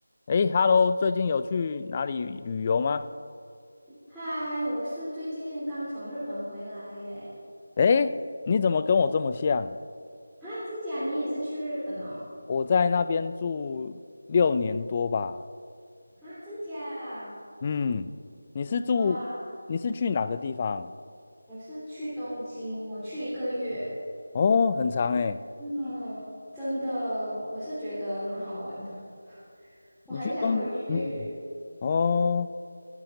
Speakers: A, on the left; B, in the centre.
A: 诶 h e l l o 最近有去哪里旅游吗？
B: 嗨，我是最近刚从日本回来耶。
A: 诶，你怎么跟我这么像？
B: 啊，真假？你也是去日本哦？
A: 我在那边住六年多吧。
B: 啊，真假？
A: 嗯，你是住，
B: 哇，
A: 你是去哪个地方？
B: 我是去东京，我去一个月。
A: 哦，很长诶。
B: 嗯，真的，我是觉得蛮好玩的，<laughs>
A: 你去东，
B: 我还想回去。
A: 嗯，哦，